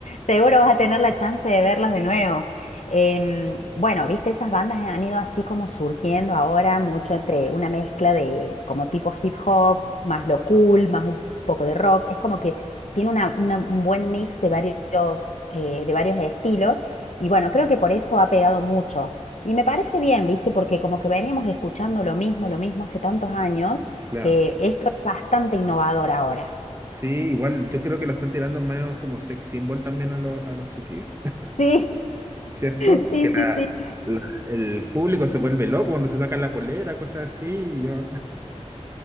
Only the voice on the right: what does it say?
Sí,
claro.
Sí, igual, yo creo que lo están tirando más como sex symbol también a, los a los chiquillos,
¿cierto?
Que la,
la- el público se vuelve loco cuando se sacan la polera, cosas así. y yo-